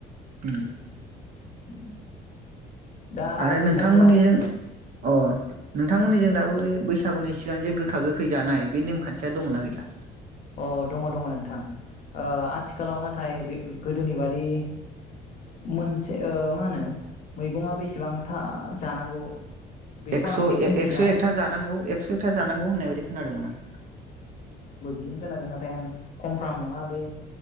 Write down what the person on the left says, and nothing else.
<inaudible>
बैसागुआव
अ दङ दङ नोंथां ओ आथिखालाव नाथाय बे गोदोनि बादि मोनसे ओ मा होनो मैगङा बेसेबांथा जानांगौ। बेखौ
आं फिक्स
मिथिया
दिनो खोनादों नाथाय आं कमफ्रम नङा बे